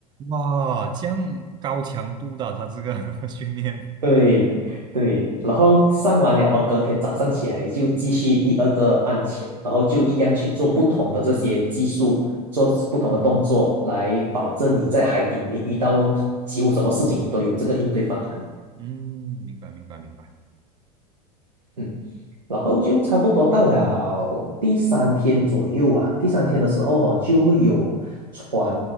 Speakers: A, on the right; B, on the right.
A: 哇，这样高强度的他这个 <laughs> 训练，
B: 对对，然后上完了后，隔天早上起来就继续第二个案前，然后就一样去做不同的这些技术，做不同的动作，来保证你在海底里面遇到几乎什么事情，你都有这个应对方案。
A: 嗯，明白明白明白。
B: 嗯然后就差不多到了第三天左右啊，第三天的时候哦，就会有船，